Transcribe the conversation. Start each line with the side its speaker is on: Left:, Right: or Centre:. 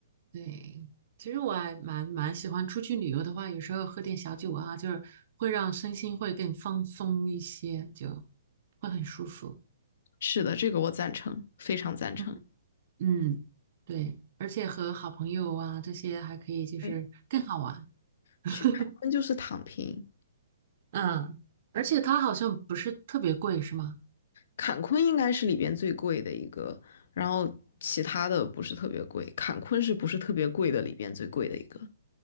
Right: 对，其实我还蛮蛮喜欢出去旅游的话，有时候喝点小酒啊，就是会让身心会更放松一些，就会很舒服。
Left: 是的，这个我赞成，非常赞成。
Right: 嗯，嗯，对，而且和好朋友啊这些还可以，就是更好玩。
Left: 对，
Right: <laughs>
Left: 去坎昆就是躺平，
Right: 嗯，而且它好像不是特别贵，是吗？
Left: 坎昆应该是里边最贵的一个，然后其他的不是特别贵，坎昆是不是特别贵的里边最贵的一个？